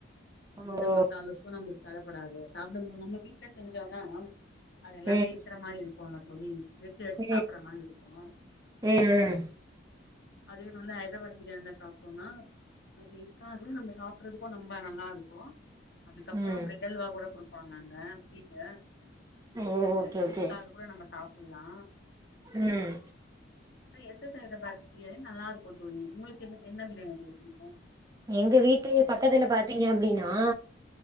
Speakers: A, on the right (about 20°); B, on the left (about 55°).
A: ஓ
B: எந்த மசாலா சோ நம் தடப்படாது சாப்டும்போது நம்ம வீட்ல செஞ்சோம்னா அது எல்லாமே
A: ம்
B: இருக்கற மாரி இருக்கு போன தோழி எடுத்து எடுத்து
A: ம்
B: சாப்புடுற மாதிரி இருக்கு
A: ம் ம்
B: அதே வந்து ஹைதராபாத் பிரியாணில சாப்ட்டோம்னா அது இருக்காது நம்ம சாப்புறதுக்கு நம்ம நல்லாருக்கு அதுக்கப்புறம்
A: ம்
B: பிரெட் அல்வா கூட குடுப்பாங்க அங்க ஸ்வீட்டு
A: ஓ
B: அந்த
A: ஓகே
B: ஸ்வீட்டுக்காக
A: ஓகே
B: கூட நம்ம சாப்பல்லா
A: ம்
B: அ எஸ் எஸ் தட் பிரியாணி நல்லாருக்கு தோழி உங்களுக்கு என்ன என்ன பிரியாணி புடிக்கு
A: எங்க வீட்டு பக்கத்துல பாத்தீங்க அப்டின்னா